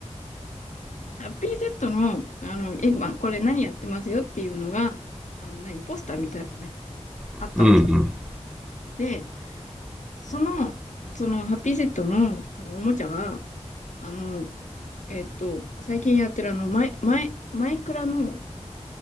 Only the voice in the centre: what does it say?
トうんうん